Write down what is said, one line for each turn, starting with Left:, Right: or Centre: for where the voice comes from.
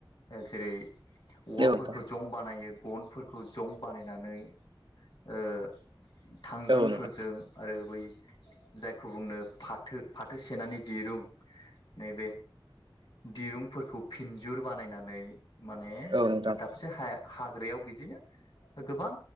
Left: जेरै औवाफोरखौ
Right: औ नोंथां
Left: जं बानायो गनफोरखौ जं बानायनाय नानै ओ थांगोनफोरजों
Right: औ नोंथां
Left: आरो बै जायखौ बुंनो फाथो फाथो सेनानि दिरुं नैबे दिरुंफोरखौ फिनजुर बानायनानै माने
Right: औ नोंथां
Left: दाबसे हाय हाग ग्रायाव बिदिनो गोबां